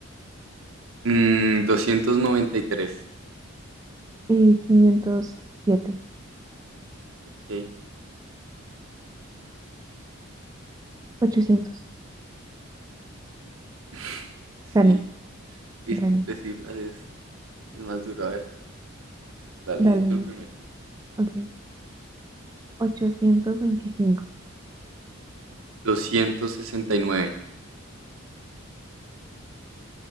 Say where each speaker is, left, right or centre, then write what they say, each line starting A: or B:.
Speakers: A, on the right; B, on the right.
A: Mm, doscientos noventa y tres,
B: Eh, quinientos siete
A: Ok.
B: ochocientos,
A: <laughs>
B: Gané,
A: Sí. Es
B: gané.
A: que en tres cifras es, es más duro. A ver. Dale,
B: Dale,
A: di tú
B: Nick.
A: el primero.
B: Ok. ochocientos veinticinco,
A: doscientos sesenta y nueve.